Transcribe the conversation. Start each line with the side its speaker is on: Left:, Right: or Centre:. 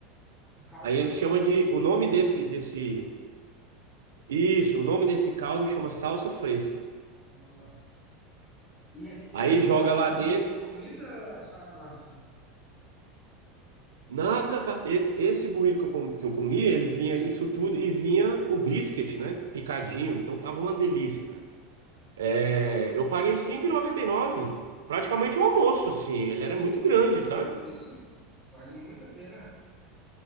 Centre: Um caldo
Right: Aí
Centre: saboroso.
Right: eles chamam de, o nome desse desse isso, o nome desse caldo chama salsa fresca.
Centre: Nossa. E é, e
Right: Aí
Centre: é muito
Right: joga
Centre: caro
Right: lá
Centre: esse
Right: dentro
Centre: tipo de comida, sabe, Márcio?
Right: Nada, cara. Esse, esse burrito que eu, com- que eu comi, ele vinha isso tudo e vinha o brisket, né? Picadinho. Então tava uma delícia, cara. É, eu paguei cinco e noventa e nove Praticamente um almoço, assim. Ele
Centre: Sim,
Right: era muito
Centre: mas
Right: grande,
Centre: com
Right: sabe?
Centre: tudo isso, vale muito a pena.